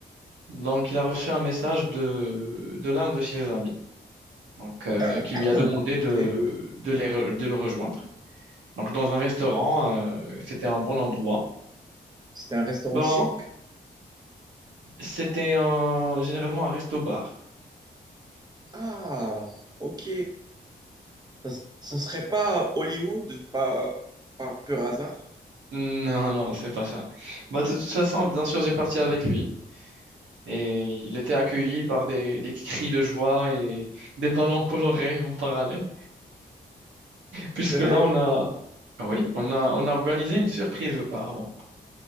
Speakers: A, on the right; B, on the right.
A: Donc il a reçu un message de, de l'un de ses amis, donc euh,
B: <coughs>
A: qui
B: <clears throat>
A: lui a demandé
B: Ok.
A: de, de, les re- de le rejoindre. Donc dans un restaurant, euh, c'était un bon endroit.
B: C'était un restaurant
A: Bon,
B: chic?
A: c'était un... généralement un resto-bar.
B: Ah, ok. Ça, s- ça serait pas Hollywood par, par pur hasard?
A: Non, non, c'est pas ça. Bah, de toute façon, bien sûr, j'ai parti avec lui. Et il était accueilli par des, des cris de joie et des ballons colorés en parallèle. Puisque
B: C'est vrai?
A: là, on a, Ah Oui, on a, on a organisé une surprise auparavant.